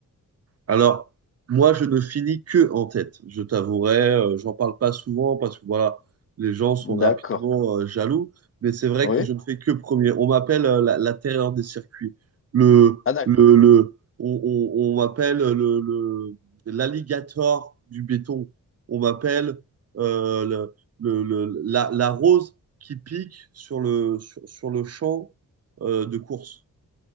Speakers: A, on the right; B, on the left.
A: Alors, moi, je ne finis que en tête, je t'avouerai. euh, j'en parle pas souvent parce que voilà, les gens sont rapidement
B: D'accord.
A: euh, jaloux. Mais c'est vrai
B: Oui.
A: que je ne fais que premier. On m'appelle euh, la, la terreur des circuits. Le,
B: Ah,
A: le, le, on on- on m'appelle euh, le, le- l'alligator du béton. On m'appelle euh, le, le- le- la, la rose qui pique sur le, sur, sur le champ euh, de course.